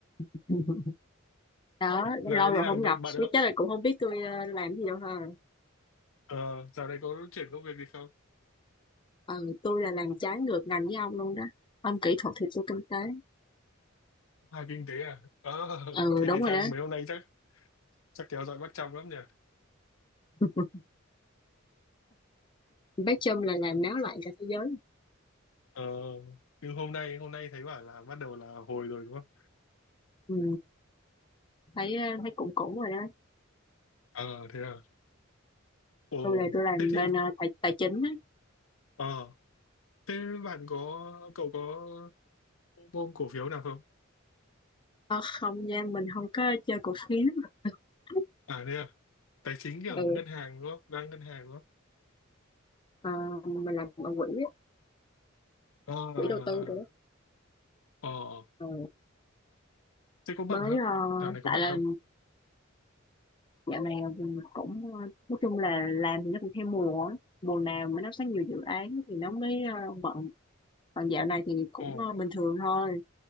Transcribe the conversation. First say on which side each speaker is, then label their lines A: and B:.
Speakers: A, on the left; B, on the left.
A: <laughs> đó
B: giờ
A: lâu
B: này đi
A: rồi
B: làm
A: không
B: vậy
A: gặp
B: bạn
A: biết
B: không
A: chắc là cũng không biết tôi ờ, làm gì đâu ha
B: ờ, dạo này có chuyển công việc gì không
A: ờ tôi là làm trái ngược ngành với ông luôn đó ông kỹ thuật thì tôi kinh tế
B: à kinh tế à ờ,
A: ừ
B: thế
A: đúng
B: thì
A: rồi
B: chắc
A: đó
B: mấy hôm nay chắc chắc kéo dõi bắt chăm lắm nhỉ
A: <laughs> bác Trâm là làm náo loạn cả thế giới
B: ờ, nhưng hôm nay hôm nay thấy bảo là bắt đầu là hồi rồi đúng không
A: ừ. thấy ờ, thấy cũng cũng rồi đó
B: ờ thế à ồ
A: tôi là tôi làm
B: thế thì
A: bên ờ, tài tài chính á
B: ờ thế bạn có cậu có ôm cổ phiếu nào không
A: Ờ, không nha mình không có chơi cổ phiếu <laughs>
B: à thế à tài chính kiểu
A: ừ
B: ngân hàng đúng không đang ngân hàng đúng không
A: ờ, mình làm ở quỹ á,
B: ờ ờ
A: quỹ đầu tư
B: ờ.
A: rồi đó
B: Ờ,
A: Ờ,
B: Thế có bận
A: mới
B: không?
A: ờ,
B: Dạo này có
A: tại
B: bận
A: là
B: không?
A: dạo này mình cũng ờ, nói chung là làm thì nó cũng theo mùa á. mùa nào mà nó có nhiều dự án thì nó mới ờ, bận còn dạo này thì cũng
B: Ồ,
A: ờ, bình thường thôi